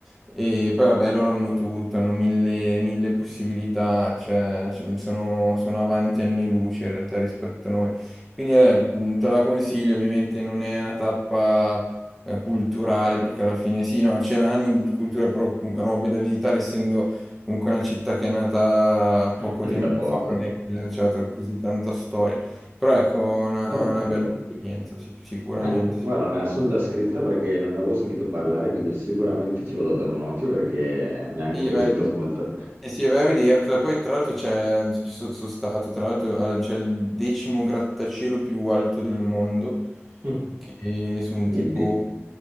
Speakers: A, in the centre; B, on the right (about 50°).
A: E poi vabbè, loro hanno tutto, hanno mille, mille possibilità, cioè, cioè, sono, sono avanti anni luce in realtà rispetto a noi. Quindi eh, mh, te la consiglio, ovviamente non è una tappa eh, culturale, perché alla fine sì, no, ce l'hanno di cultura, però mh, robe da visitare, essendo comunque una città che è nata
B: <laughs>
A: poco tempo
B: da poco.
A: fa, non è che c'è stata così tanta storia. Però ecco, una,
B: Però
A: una
B: cavolo.
A: bella esperienza, sì, sicuramente,
B: Eh,
A: sicuramente.
B: guarda, me la sono già scritta perché non ne avevo sentito parlare, quindi sicuramente ci vado a dare un occhio perché mi ha incuriosito
A: Sì, vai.
B: molto.
A: Eh sì, vai a vedertela. Poi, tra l'altro, c'è, ci so- sono stato, tra l'altro, al- c'è il decimo grattacielo più alto del mondo,
B: <laughs>
A: che sono
B: Niente.
A: tipo